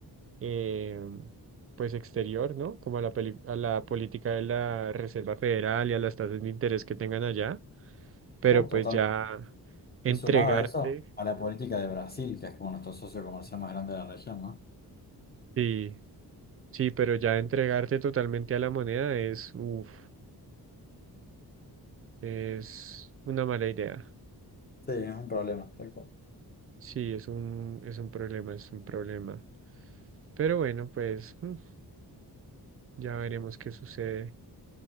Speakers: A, on the right (about 35°); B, on the left (about 25°).
A: eh, pues exterior, ¿no? Como a la, peli- a la política de la Reserva Federal y a las tasas de interés que tengan allá. Pero
B: Uh, Totalmente.
A: pues ya entregarte,
B: Y sumado a eso, a la política de Brasil, que es como nuestro socio comercial más grande de la región, ¿no?
A: sí, sí, pero ya entregarte totalmente a la moneda es, uff. Es una mala idea.
B: Sí, es un problema, tal cual.
A: Sí, es un, es un problema, es un problema. Pero bueno, pues mm, ya veremos qué sucede.